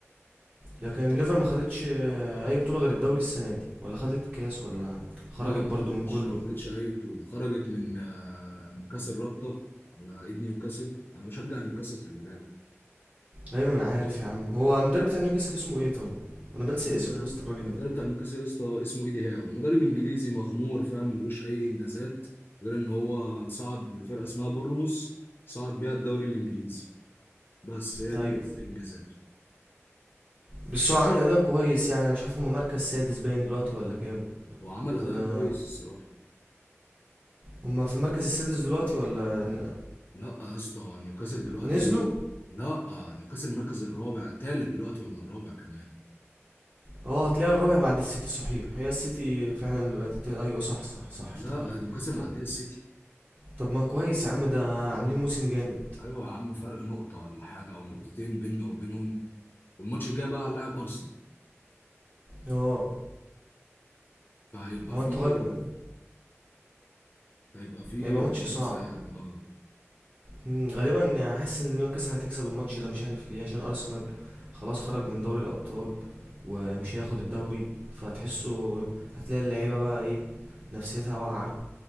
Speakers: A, on the right; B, on the left.
A: لكن الليفر ما خدتش آه، اي بطوله غير الدوري السنه دي ولا خدت كاس ولا خرجت
B: لا ما
A: برضو
B: خدتش
A: من كله
B: ما خدتش اي بطوله خرجت من آه، من كاس الرابطه على ايد نيوكاسل انا بشجع نيوكاسل خلي بالك
A: ايوه ما انا عارف يا عم هو المدرب بتاع نيوكاسل اسمه ايه طيب وانا بنسى
B: المدرب
A: اسمه يا اسطى الراجل
B: المدرب
A: ده
B: بتاع نيوكاسل يا اسطى اسمه ايدي هاو مدرب انجليزي مغمور فاهم ملوش اي انجازات غير ان هو صعد بفرقه اسمها بورنموث صعد بيها الدوري الانجليزي بس هي
A: ايوه
B: دي كل انجازاته
A: بس هو عامل اداء كويس يعني أنا مش عارف هما مركز سادس باين دلوقتي ولا كام
B: هو عمل اداء
A: ولا
B: كويس الصراحه
A: هما في المركز السادس دلوقتي ولا ن-
B: لا يا اسطى نيوكاسل دلوقتي
A: نزلوا
B: لا نيوكاسل المركز الرابع الثالث دلوقتي ولا الرابع كمان
A: اه هتلاقيها الرابع بعد السيتي صحيح هي السيتي فعلا اللي بقت التالت. ايوه صح صح صح
B: لا
A: افتكرت
B: نيوكاسل معديه
A: ط-
B: السيتي
A: طب ما كويس يا عم ده عاملين موسم جامد
B: ايوه يا عم فرق نقطه ولا حاجه او نقطتين بيننا وبينهم والماتش الجاي بقى هنلاعب ارسنال
A: اه
B: فهيبقى
A: هو
B: فيه
A: انتوا غالبا
B: هيبقى في
A: هيبقى
B: منافسة
A: ماتش صعب
B: يعني اه
A: مم، غالبا حاسس ان نيوكاسل هتكسب الماتش ده مش عارف ليه عشان ارسنال خلاص خرج من دوري الابطال ومش هياخد الدوري فتحسه هتلاقي اللعيبه بقى ايه نفسيتها واقعه